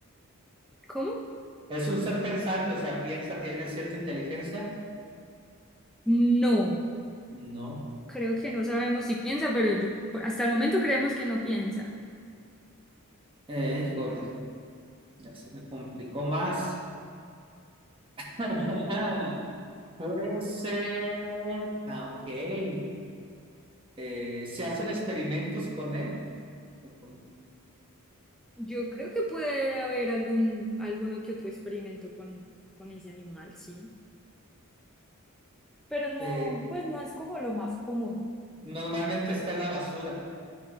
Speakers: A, in the centre; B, on the right.
A: ¿Cómo?
B: Es un ser pensante, o sea, piensa, tiene cierta inteligencia.
A: No,
B: No,
A: creo que no sabemos si piensa, pero yo, hasta el momento creemos que no piensa.
B: eh, híjole, ya se me complicó más. <laughs> Puede ser. Ah, ok. eh, se hacen experimentos con él. o con-
A: Yo creo que puede haber algún, alguno que otro experimento con, con ese animal, sí. Pero no,
B: eh,
A: pues no es como lo más común.
B: normalmente está en la basura.